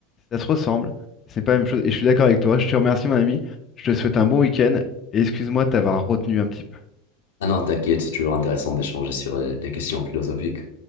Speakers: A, on the left; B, on the left.
A: Ça se ressemble, c'est pas la même chose. Et je suis d'accord avec toi. Je te remercie, mon ami. Je te souhaite un bon week-end. Et excuse-moi de t'avoir retenu un petit peu.
B: Ah non, t'inquiète, c'est toujours intéressant d'échanger sur euh, les questions philosophiques.